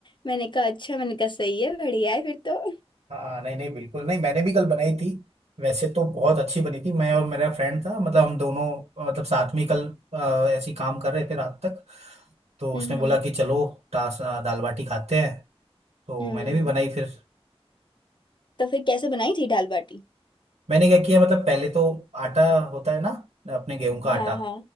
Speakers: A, on the left; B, on the right.
A: मैंने कहा अच्छा मैंने कहा सही है बढ़िया है फिर तो
B: हाँ नहीं नहीं बिल्कुल नहीं मैंने भी कल बनाई थी वैसे तो बहुत अच्छी बनी थी मैं और मेरा फ्रेंड था मतलब हम दोनों अ, मतलब साथ में ही कल अ, ऐसे ही काम कर रहे थे रात तक तो
A: हम्म
B: उसने बोला कि चलो टा- दाल बाटी खाते हैं तो
A: हम्म
B: मैंने भी बनाई फिर
A: तो फिर कैसे बनाई थी दाल बाटी
B: मैंने क्या किया मतलब पहले तो आटा होता है ना अपने गेहूं का आटा
A: हाँ हाँ